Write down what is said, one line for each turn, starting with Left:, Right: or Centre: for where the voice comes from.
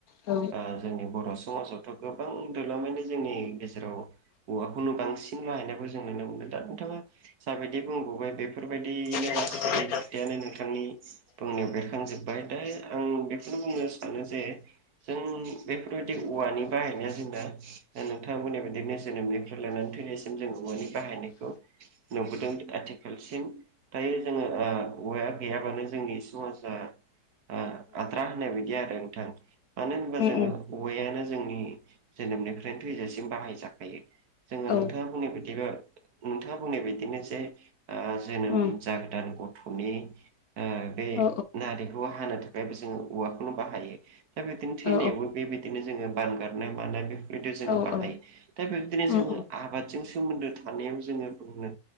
Left: औ
Right: ओ जोंनि बर' समाजावथ' गोब गोबां जोंनि गेजेराव औवाखौनो बांसिन बाहायनायखौ जों नुनो मोनो दा नोंथाङा जाबायदि बुंबोबाय बेफोरबायदिनो
Left: औ
Right: गासै खोथायानो नोंथांनि बुंनो बेरखांजोब्बाय दा आं बेखौनो बुंनो सानो जे जों बेफोरबायदि औवा आंनि बाहायनाया जोंना नोंथांमोन्नि बिदिनो जोनोमनिफ्राय लानानै थैनायसिम जों औवानि बाहायनायखौ नुबोदों आथिखाल सिम दायो जोङो ओ औवाया गैयाबानो जोंनि समाजा ओ आद्रा होननाय बायदि आरो नोंथां मानो होनबा
Left: उम
Right: जोङो औवायानो जोंनि जोनोमनिफ्रायनो थैजासिम बाहायजाखायो जोङो
Left: औ
Right: नोंथाङा बुंनायबादिबा नोंथाङा बुंनाय बादिनो जे ओ जोनोम
Left: उम
Right: जागोदान गथ थ'नि बे
Left: औ
Right: नारिखौ हानो थाखायबो जोङो औवाखौनो बाहायो दा बिदिनो थैनायावबो
Left: औ
Right: बेबायदिनो जोङो बानगारनाय मानाय बिब्दिआव जोङो
Left: औ उम
Right: बाहायो दा बेबायदिनो जों
Left: उम
Right: आबादजों सोमोन्दो थानायाव जोङो बुंनो